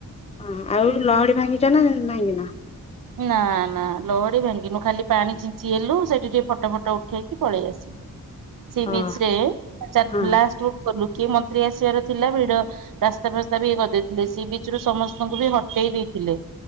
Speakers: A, on the left; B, on the right.
A: ହ ଆଉ ଲହଡି ଭାଙ୍ଗିଛ ନା ଭାଙ୍ଗିନା?
B: ନା ନା ଲହଡି ଭାଙ୍ଗିନୁ ଖାଲି ପାଣି ଚିଞ୍ଚି ହେଲୁ ସେଠି ଟିକେ ଫଟୋ ଫଟ ଉଠେଇକି ପଳେଇ ଆସିଲୁ। ସି
A: ହଁ
B: ବିଚ୍ ରେ ଚା
A: ହଁ
B: ଲାଷ୍ଟ୍ କି ମନ୍ତ୍ରୀ ଆସିବାର ଥିଲା ଭିଡ ରାସ୍ତା ଫାସ୍ତା ବି ଇଏ କରିଦେଇଥିଲେ ସି ବିଚ ରୁ ସମସ୍ତଙ୍କୁ ବି ହଟେଇ ଦେଇଥିଲେ।